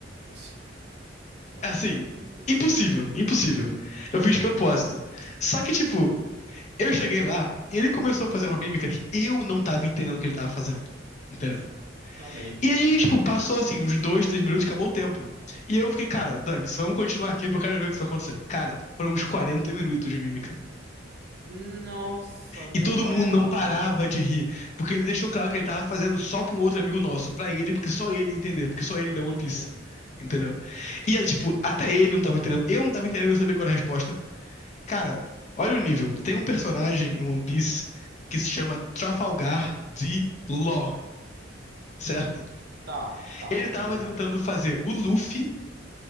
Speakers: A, on the right (about 60°); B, on the left (about 40°).
A: <laughs> Não,
B: Assim,
A: cara, meu Deus.
B: impossível, impossível. Eu fiz de propósito. Só que, tipo, eu cheguei lá e ele começou a fazer uma mímica que eu não tava entendendo o que ele tava fazendo. Entendeu?
A: <laughs> Amei.
B: E aí, tipo, passou assim, uns dois, três minutos, acabou o tempo. E eu fiquei, cara, dane-se, vamos continuar aqui porque eu quero ver o que isso vai acontecer. Cara, foram uns 40 minutos de mímica.
A: Nossa, meu
B: E todo
A: pai
B: mundo
A: amado.
B: não parava de rir, porque ele deixou claro que ele tava fazendo só pra um outro amigo nosso, pra ele, porque só ele ia entender, porque só ele lê One
A: Uhum.
B: Piece. Entendeu? E, é, tipo, até ele não tava entendendo. Eu não tava entendendo, eu sabia qual era a resposta. Cara, olha o nível. Tem um personagem em One Piece que se chama Trafalgar D. Law, certo?
A: Tá, tá,
B: Ele
A: peguei
B: tava
A: o
B: tentando
A: nome.
B: fazer o Luffy